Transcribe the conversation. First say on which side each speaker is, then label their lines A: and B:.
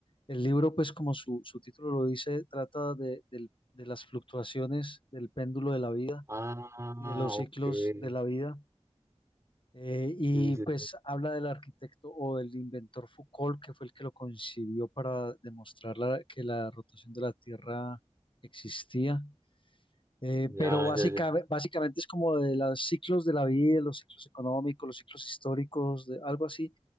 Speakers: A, on the left; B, on the right.
A: el libro pues como su, su título lo dice, trata de, del- de las fluctuaciones del péndulo de la vida
B: Ah,
A: y de los ciclos
B: ok. Sí,
A: de la vida Eh, y
B: sí, sí.
A: pues habla del arquitecto o del inventor Foucault, que fue el que lo concibió para demostrar la- que la rotación de la Tierra existía. Eh,
B: Ya,
A: pero básica-
B: ya, ya.
A: básicamente es como de los ciclos de la vida, los ciclos económicos, los ciclos históricos, de, algo así,